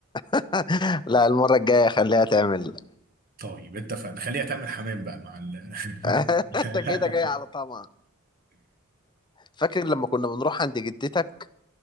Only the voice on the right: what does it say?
طيب اتفقنا خليها تعمل حمام بقى مع ال
<laughs>